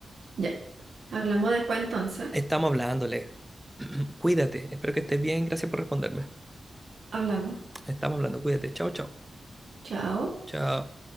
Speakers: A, on the right (about 70°); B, in the centre.
A: ya. Hablamos después entonces.
B: estamos hablándole. <clears throat> Cuídate, espero que estés bien, gracias por responderme.
A: Hablamos.
B: Estamos hablando, cuídate. Chao, chao.
A: Chao.
B: Chao.